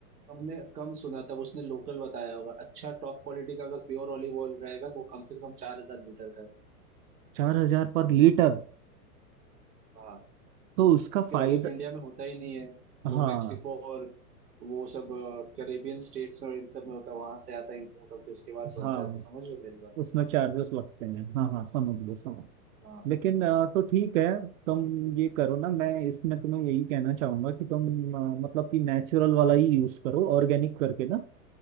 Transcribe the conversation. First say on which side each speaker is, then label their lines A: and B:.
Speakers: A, on the right; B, on the right.
A: हमने कम सुना तब उसने लोकल बताया होगा अच्छा टॉप क्वालिटी का अगर प्योर ऑलिव ऑयल रहेगा तो वो कम से कम चार हजार लीटर का है
B: चार हजार पर लीटर
A: बाहर
B: तो उसका
A: क्योंकि
B: फायदा
A: ऑलिव इंडिया में होता ही नहीं है वो
B: हाँ
A: मेक्सिको और वो सब कैरेबियन स्टेट्स में और इन सब में होता है वहां से आता है इम्पोर्ट होकर उसके बाद बनता
B: हाँ
A: है तो समझ रहे हो मेरी बात
B: उसमें चार्जेस लगते हैं हाँ हाँ समझ लो समझ
A: हाँ
B: लेकिन अ, तो ठीक है तुम ये करो ना मैं इसमें तुम्हें यही कहना चाहूंगा कि तुम अ, मतलब कि नेचुरल वाला ही यूज करो ऑर्गेनिक करके ना